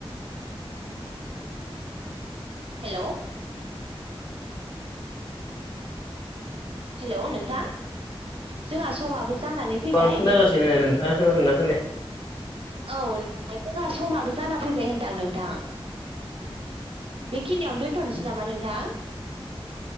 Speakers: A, on the right; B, on the left.
A: हेल' हेल' नोंथां जोंहा समाबो जानानै फैबाय
B: आं खोना
A: बे
B: गासिनो नोंथांङा खोनादों नना खोना?
A: औ नों जोंहा समाबो जाना फैबाय होनदां नोंथां। बेखिनियाव दोनथ'नोसै नामा नोंथां?